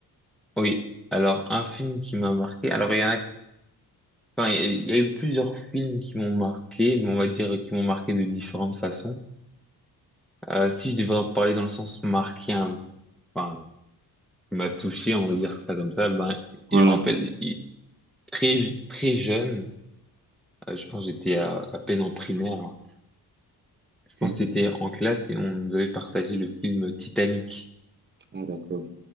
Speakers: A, in the centre; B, on the right.
A: oui. Alors, un film qui m'a marqué. Alors, il y en a, enfin, il y a eu plusieurs films qui m'ont marqué, mais on va dire qui m'ont marqué de différentes façons. Euh, si je devais en parler dans le sens marqué, hein, enfin, qui m'a touché, on va dire ça comme ça, ben,
B: Voilà.
A: il me rappelle, il- très, très jeune, euh, je pense que j'étais à, à peine en primaire, hein. Je
B: Ok.
A: pense que c'était en classe et on nous avait partagé le film Titanic.
B: Ah, d'accord.